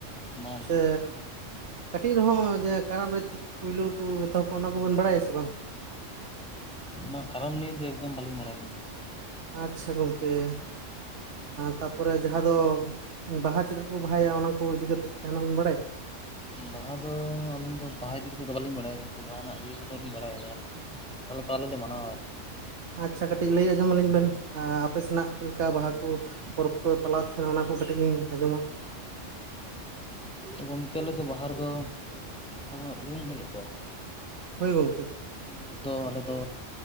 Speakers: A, in the centre; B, on the right (about 65°).
A: ᱵᱟᱝ
B: ᱥᱮ
A: ᱵᱟᱝ
B: ᱠᱟᱹᱴᱤᱡ ᱨᱮᱦᱚᱸ ᱡᱮ ᱠᱟᱨᱟᱢ ᱨᱮ ᱪᱮᱫ ᱯᱩᱭᱞᱳ ᱨᱮᱠᱚ ᱮᱛᱚᱦᱚᱵ ᱟ ᱚᱱᱟ ᱠᱚᱵᱮᱱ ᱵᱟᱲᱟᱭᱟ ᱥᱮ ᱵᱟᱝ?
A: ᱢᱟ ᱠᱟᱨᱟᱢ ᱱᱤᱭᱮ ᱫᱚ ᱮᱠᱫᱚᱢ ᱵᱟᱹᱞᱤᱧ ᱵᱟᱲᱟᱭ ᱟᱹᱞᱤᱧ ᱫᱚ ᱾
B: ᱟᱪᱪᱷᱟ ᱜᱚᱝᱠᱮ ᱛᱟᱯᱚᱨᱮ ᱡᱟᱦᱟᱸ ᱫᱚ ᱵᱟᱦᱟ ᱪᱮᱫᱟᱜ ᱠᱚ ᱵᱟᱦᱟᱭᱟ ᱚᱱᱟ ᱠᱚ ᱤᱫᱤ ᱠᱟᱛᱮᱫ ᱡᱟᱦᱟ ᱱᱟᱜ ᱵᱮᱱ ᱵᱟᱲᱟᱭᱟ?
A: ᱵᱟᱦᱟ ᱫᱚ ᱟᱹᱞᱤᱧ ᱫᱚ ᱵᱟᱦᱟ ᱤᱫᱤ ᱠᱟᱛᱮᱜ ᱫᱚ ᱵᱟᱹᱞᱤᱧ ᱵᱟᱲᱟᱭᱟ ᱠᱤᱱᱛᱩ ᱵᱟᱦᱟ ᱱᱟᱜ ᱤᱭᱟᱹ ᱠᱚᱫᱚ ᱞᱤᱧ ᱵᱟᱲᱟᱭᱟ ᱡᱟᱦᱟ ᱡᱟᱦᱟ ᱞᱮᱠᱟ ᱟᱞᱮ ᱞᱮ ᱢᱟᱱᱟᱣᱟ ᱟᱨ᱾
B: ᱟᱪᱪᱷᱟ ᱠᱟᱹᱴᱤᱡ ᱞᱟᱹᱭ ᱟᱡᱸᱚᱢ ᱟᱹᱞᱤᱧ ᱵᱮᱱ ᱟᱯᱮ ᱥᱮᱱᱟᱜ ᱪᱮᱫ ᱞᱮᱠᱟ ᱵᱟᱦᱟ ᱠᱚ? ᱯᱚᱨᱚᱵᱽ ᱠᱚ ᱯᱟᱞᱟᱛ ᱛᱟᱦᱮᱱᱟ ᱚᱱᱟ ᱠᱚ ᱠᱟᱹᱴᱤᱡ ᱞᱤᱧ ᱟᱸᱡᱚᱢᱟ᱾
A: ᱜᱚᱝᱠᱮ ᱟᱞᱮ ᱫᱚ ᱵᱟᱦᱟ ᱨᱮᱫᱚ ᱡᱟᱦᱟ ᱩᱢ ᱦᱤᱞᱳᱜ ᱫᱚ ᱟᱨ᱾
B: ᱦᱳᱭ ᱜᱚᱝᱠᱮ᱾
A: ᱩᱢ ᱦᱤᱞᱳᱜ ᱫᱚ ᱟᱞᱮ ᱫᱚ